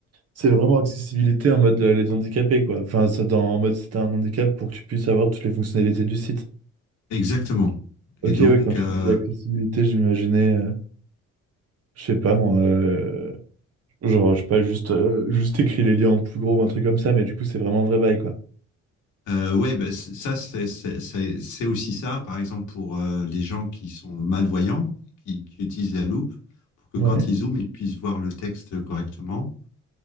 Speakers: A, on the right; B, on the left.
A: c'est vraiment accessibilité en mode euh, les handicapés, quoi. Enfin, ça, dans, en mode si t'as un handicap pour que tu puisses avoir toutes les fonctionnalités du site.
B: exactement.
A: Ok,
B: Et donc,
A: oui, quand tu
B: euh,
A: dis accessibilité, je m'imaginais, euh, je sais pas moi, euh, genre, je sais pas, juste, euh, juste écrit les liens en plus gros ou un truc comme ça, mais du coup, c'est vraiment un vrai bail, quoi.
B: Euh, ouais, bah, c- ça, c'est c'est- c'est- c'est aussi ça, par exemple, pour euh, les gens qui sont malvoyants, qui, qui utilisent la loupe, pour que
A: Ouais.
B: quand ils zooment, ils puissent voir le texte correctement.